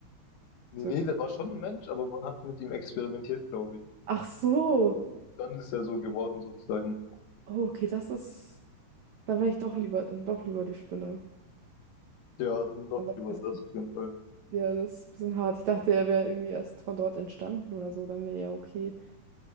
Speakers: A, on the left; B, on the right.
A: Nee,
B: so.
A: nee, der war schon ein Mensch, aber man hat mit ihm experimentiert, glaube ich.
B: Ach so.
A: Dann, dann ist er so geworden, sozusagen.
B: Oh, okay, das ist. Dann wäre ich doch lieber, dann doch lieber die Spinne.
A: Ja, dann doch
B: Dann doch
A: lieber
B: das.
A: das auf jeden Fall.
B: Ja, das ist ein bisschen hart. Ich dachte, er wäre irgendwie erst von dort entstanden oder so, dann wäre er okay.